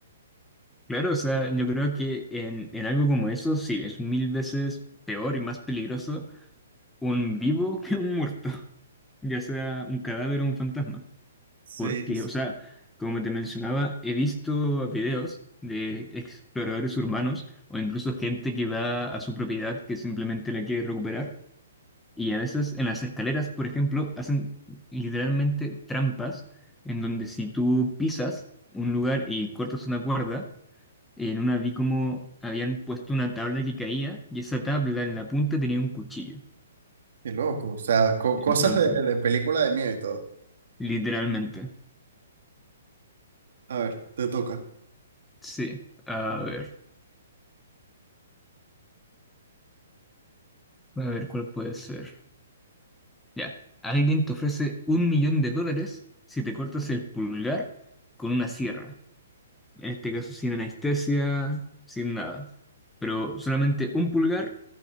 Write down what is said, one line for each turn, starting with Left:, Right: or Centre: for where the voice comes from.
Centre: claro, o sea, yo creo que en, en algo como eso sí es mil veces peor y más peligroso un vivo <laughs> que un muerto, ya sea un cadáver o un fantasma.
Right: Sí,
Centre: Porque,
Right: sí,
Centre: o sea, como te mencionaba, he visto videos de exploradores urbanos o incluso gente que va a su propiedad que simplemente la quiere recuperar Y a veces en las escaleras, por ejemplo, hacen literalmente trampas en donde si tú pisas un lugar y cortas una cuerda, en una vi como habían puesto una tabla que caía y esa tabla en la punta tenía un cuchillo.
Right: qué loco, o sea, co- cosas
Centre: Entonces,
Right: de, de película de miedo y todo.
Centre: literalmente.
Right: A ver, te toca.
Centre: Sí. A ver, a ver cuál puede ser. Ya. Alguien te ofrece un millón de dólares si te cortas el pulgar con una sierra. En este caso sin anestesia, sin nada. Pero solamente un pulgar,